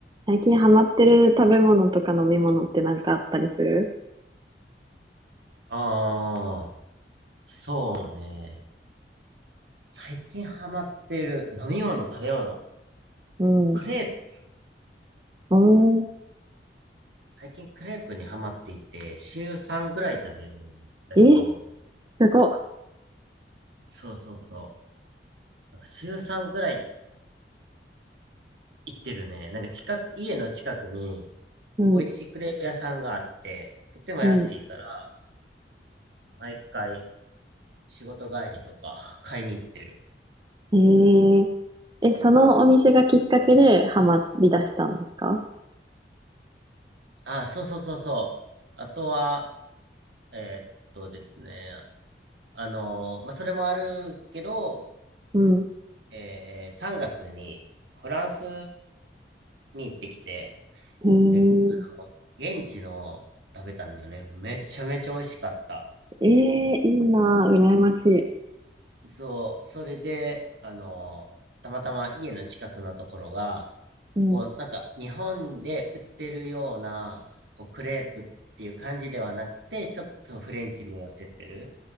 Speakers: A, on the right; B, on the right.
A: 最近ハマってる食べ物とか飲み物ってなんかあったりする
B: ああ、そうね。最近ハマってる飲み物、食べ物。
A: うん。
B: クレープ、
A: おー
B: 最近クレープにハマっていて、週3ぐらい食べるんだけど、
A: え、すごっ。
B: そうそうそう。なんか週3ぐらい行ってるね。なんか近く、家の近くに
A: ん。
B: 美味しいクレープ屋さんがあって、とっても安いから、
A: うん。
B: 毎回仕事帰りとか買いに行ってる。
A: うん。えー、え、そのお店がきっかけでハマり出したんですか
B: あ、そうそうそうそう。あとは、えーっとですね。あの、まあ、それもあるけど、
A: うん。
B: えー、3月にフランスに行ってきて、
A: えー、
B: で、あの現地の食べたんだよね。めちゃめちゃ美味しかった。
A: えー、いいなぁ、羨ましい。
B: そう、それで、あの、たまたま家の近くのところが、
A: うん。
B: こう、なんか日本で売ってるような、こう、クレープっていう感じではなくて、ちょっとフレンチに寄せてる